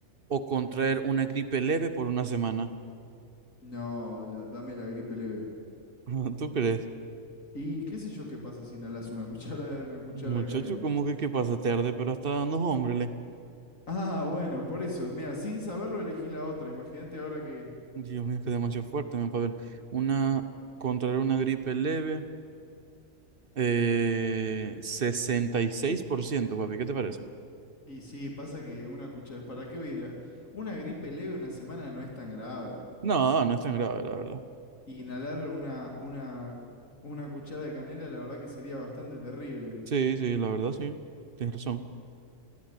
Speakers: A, on the right; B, on the left.
A: o contraer una gripe leve por una semana.
B: No, la- dame la gripe leve.
A: <laughs> ¿Tú crees?
B: Y qué sé yo qué pasa si inhalas una <laughs> cuchara de una cuchara
A: Muchacho,
B: de canela.
A: ¿cómo que qué pasa? Te arde, pero hasta no, hombre. le-
B: Ah, bueno, por eso. Mira, sin saberlo elegí la otra. Imagínate ahora que.
A: Dios mío, que demasiado fuerte, me para ver. Una, contraer una gripe leve, eh, sesenta y seis por ciento papi, ¿qué te parece?
B: Y sí, pasa que una cuchara. ¿Para qué voy a ir a- Una gripe leve una semana no es tan grave.
A: No, no es tan grave, la verdad.
B: Y Inhalar una, una, una cuchara de canela, la verdad que sería bastante terrible.
A: Sí, sí, la verdad, sí. Tienes razón.